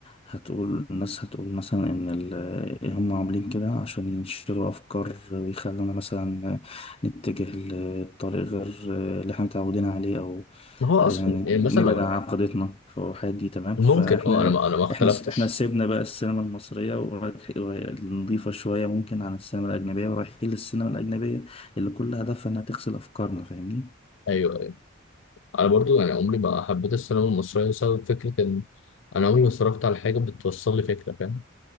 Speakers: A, on the left; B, on the left.
A: هتقول الناس هتقول مثلا ان ال- إيه هم عاملين كده عشان ينشروا افكار ويخلونا مثلا نتجه لطريق غير اللي احنا متعودين عليه او
B: هو أصلا
A: يعني
B: يعني
A: نبعد
B: مثلا لو
A: عن عقيدتنا في الحاجات دي تمام فاحنا
B: ممكن أه أنا ما أنا ما اختلفتش
A: احنا احنا سيبنا بقى السينما المصرية ورايح- نضيفة شوية ممكن عن السينما الأجنبية ورايحين للسينما الأجنبية اللي كل هدفها انها تغسل افكارنا فاهمني
B: ايوه انا برضو يعني عمري ما حبيت السينما المصريه بسبب فكره ان انا عمري ما اتفرجت على حاجه بتوصل لي فكره فاهم